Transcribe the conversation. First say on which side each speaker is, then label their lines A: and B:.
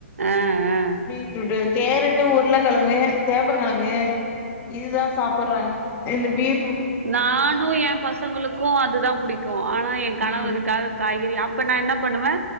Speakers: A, on the right; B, on the left.
A: ஆ ஆ
B: பீட் ரூடூ கேரட்டு உருளைக்கிழங்கு சேப்ப கிழங்கு இதுதா சாப்படுறாங்க இந்த பீட்டு
A: நானும் என் பசங்களுக்கும் அதுதா புடிக்கும் ஆனா என் கணவுதுக்காக
B: ம்
A: காய்கறி நா என்ன பண்ணுவே